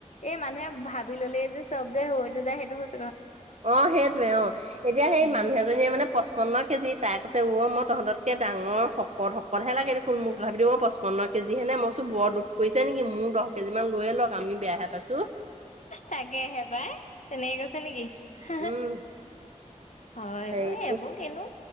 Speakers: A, on the left; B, on the right.
A: এই মানুহে ভাবি ল'লে যে চব যে হৈছে যায় সেইটো্ত
B: অ সেইটোৱে অ এতিয়া সেই
A: উম।
B: মানুহ এজনীয়ে মানে পচপন্ন কেজিত তাই কৈছে মই তহঁতকে ডাঙৰ শকত শকতহে লাগে দেখোন মোক তথাপি মই পঁচপন্ন কেজিহে নে মই বৰ দুখ কৰিছে নেকি মোৰ দহ কেজি মান লৈয়ে লওক আমি বেয়া হে পাইছোঁ
A: তাকে আহে পাই তেনেকে কৈছে নেকি হ
B: উম
A: হ
B: হেৰি
A: হয় এইবোৰ কনো